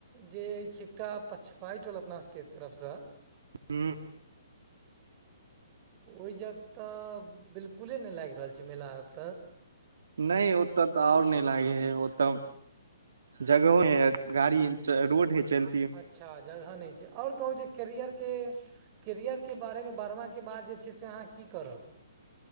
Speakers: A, on the right; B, on the right.
A: जे अछि एकटा पछबाय टोल अपना सबके तरफसँ
B: ह।
A: ओहि जग तऽ 'बिलकुले' नहि लागि रहल छै मेला आब तऽ?
B: नहि यो, ओतऽ तऽ आओर नहि लागै हय ओतऽ जगहहों है गाड़ी रोड है चल
A: अच्छा! जगह नहि छै, आओर कहू जे कैरियर के कैरियरके बारेमे बढ़बाकाके बाद जे छै से अहाँ की करब?